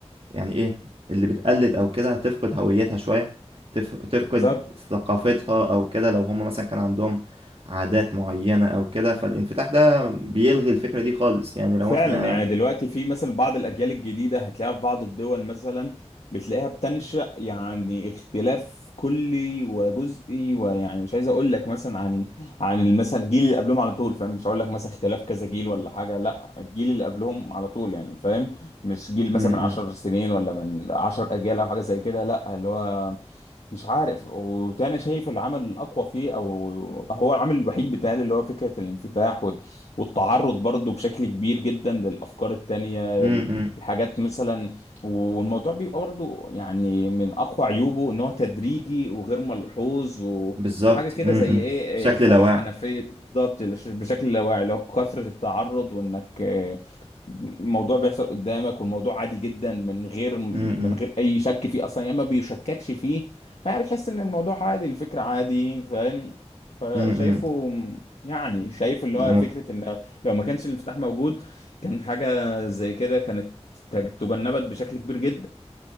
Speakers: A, on the right; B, on the left.
A: يعني إيه اللي بتقلد أو كده هتفقد هويتها شوية تف... تفقد
B: بالظبط
A: ثقافتها أو كده لو هم مثلا كان عندهم عادات معينة أو كده فالانفتاح ده بيلغي الفكرة دي خالص يعني لو
B: فعلا
A: إحنا
B: يعني دلوقتي في مثلا بعض الأجيال الجديدة هتلاقيها في بعض الدول مثلا بتلاقيها بتنشأ يعني اختلاف كلي وجزئي ويعني مش عايز أقول لك مثلا عن عن مثلا الجيل اللي قبلهم على طول فاهم مش هقول لك مثلا اختلاف كذا جيل ولا حاجة لا الجيل اللي قبلهم على طول يعني فاهم مش جيل
A: م
B: مثلا
A: -م.
B: من 10 سنين ولا من 10 أجيال أو حاجة زي كده لا اللي هو مش عارف وده انا شايف العمل الاقوى فيه او هو العمل الوحيد بتاعي اللي هو فكره الانفتاح والتعرض برضو بشكل كبير جدا للأفكار التانية
A: م- م.
B: الحاجات مثلا والموضوع بيبقى برضو يعني من أقوى عيوبه إن هو تدريجي وغير ملحوظ و...
A: بالظبط
B: وحاجة كده
A: امم
B: زي إيه إيه،
A: بشكل
B: فاتح
A: لاواعي
B: حنفية بالظبط لش- بشكل لا واعي اللي هو كثرة التعرض وإنك آه، الموضوع بيحصل قدامك والموضوع عادي جدا من غير من
A: امم
B: غير اي شك فيه اصلا يا اما بيشككش فيه فبتحس ان الموضوع عادي الفكره عادي فاهم فشايفه
A: امم
B: يعني شايف اللي
A: انا
B: هو فكرة
A: مت-
B: ان لو ما كانش الانفتاح موجود كان حاجة زي كده كانت تج- تجنبت بشكل كبير جدا